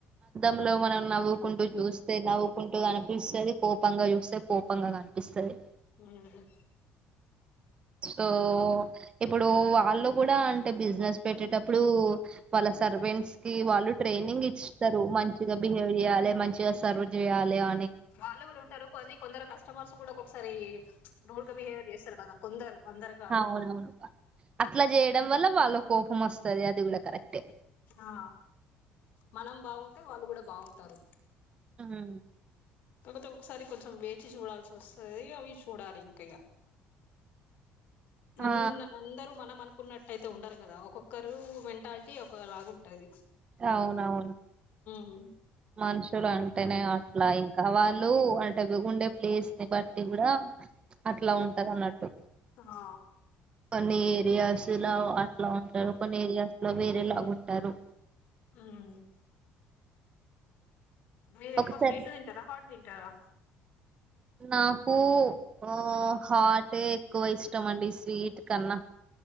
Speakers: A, on the right; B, on the left.
A: ంలో మనం నవ్వుకుంటూ చూస్తే నవ్వుకుంటూ కనిపిస్తది కోపంగా చూస్తే కోపంగా కనిపిస్తది
B: ఉహు
A: సో ఇప్పుడు వాళ్ళు గూడా అంటే బిజినెస్ పెట్టేటప్పుడు వాళ్ళ సర్వెంట్స్ కి వాళ్ళు ట్రైనింగ్ ఇచ్స్తతరు మంచిగా బిహేవ్ చేయ్యాలి మంచి సర్వ్ జెయాలె అన్
B: వాళ్ళు గూడా ఉంటారు కొన్ని కొందరు కస్టమర్స్ కూడా ఒక ఒకొసారి రూడ్ గ బిహేవ్ చేస్తరు కదా కొందరు అందరు కాదు
A: అవునావును అట్లా జే డం వల్ల వాళ్ళ కోపం ఒస్తది అది ఊడ కరెక్టే
B: ఆ మనం బాగుంటే వాళ్ళు గూడ బాఉంటరు
A: మ్
B: తె ఒకసారి కొంచెం వేచి చూడాల్సి ఒస్తది అవి చూడాలి ఇంకిగ అన్న
A: ఆ
B: అందరూ మనం అను కున్నట్టు ఐతే ఉండరు గదా ఒక్కొక్కరు మెంటాలిటీ ఒక్కొ లా ఉంటది
A: అవునవును
B: మ్
A: మనుషులు అంటేనే అట్లా ఇంకా వాళ్ళు అంటేవి ఉండే ప్లేస్ ని బట్టి కూడా అట్లా ఉంటది అన్నట్టు
B: ఆ
A: కొన్ని ఏరియాస్ లో అట్లా ఉంటరు కొన్ని ఏరియాస్ లో వేరే లాగుంటరు
B: మ్ మీరు ఎక్కువ
A: ఒకసారి
B: స్వీటు తింటర హాట్ తిం గదా
A: నా కు ఆ హాటే ఎక్కువ ఇష్టం అండి స్వీట్ కన్నా